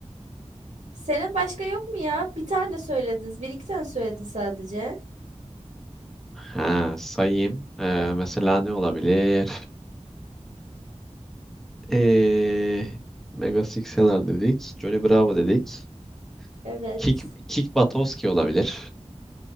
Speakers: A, on the right (about 80°); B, in the centre.
A: Senin başka yok mu ya? Bir tane söylediniz. Bir iki tane söyledin sadece.
B: Ha, sayayım. Ee, mesela ne olabilir? Ee, Mega Sixeler dedik. Johnny Bravo dedik.
A: Evet.
B: Kick, Kick Buttowski olabilir.